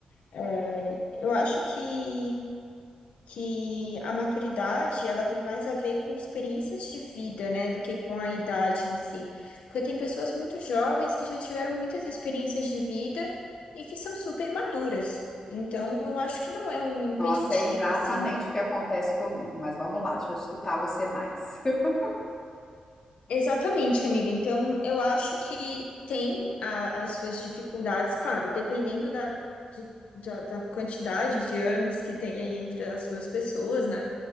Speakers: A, on the left; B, on the left.
A: É, eu acho que que a maturidade ela tem mais a ver com experiências de vida, né, do que com a idade em si. Porque tem pessoas muito jovens que já tiveram muitas experiências de vida e que são super maduras. Então, eu acho que não é um impeditivo,
B: Nossa, é exatamente
A: assim, né?
B: o que acontece comigo, mas vamos lá, deixa eu escutar você mais. <laughs>
A: Exatamente, amiga. Então, eu acho que tem a- as suas dificuldades, claro, dependendo da, de- da, da quantidade de anos que tem aí entre as duas pessoas, né?